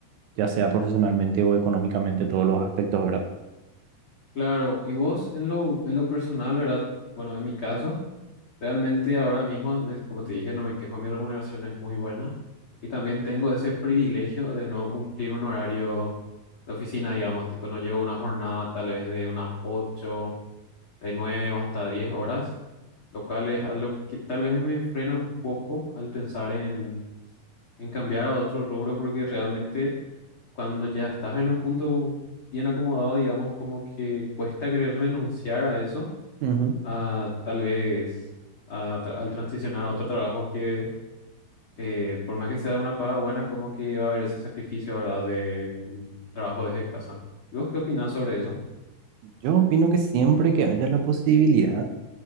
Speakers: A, on the right; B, on the left.
A: ya sea profesionalmente o económicamente, todos los aspectos, ¿verdad?
B: Claro, y vos en lo, en lo personal, ¿verdad? Bueno, en mi caso, realmente ahora mismo, me- como te dije, no me quejo, mi remuneración es muy buena y también tengo ese privilegio de no cumplir un horario de oficina, digamos, tipo no llevo una jornada tal vez de unas 8 de 9 o hasta diez horas lo cual es algo que tal vez me frena un poco al pensar en, en cambiar a otro rubro, porque realmente cuando ya estás en un punto bien acomodado, digamos, como que cuesta querer renunciar a eso,
A: Ujú.
B: a tal vez a tra- al transicionar a otro trabajo que, eh, por más que sea una paga buena, como que va a haber ese sacrificio, ¿verdad?, del trabajo desde casa. ¿Y vos qué opinás sobre eso?
A: Yo opino que siempre que haya la posibilidad,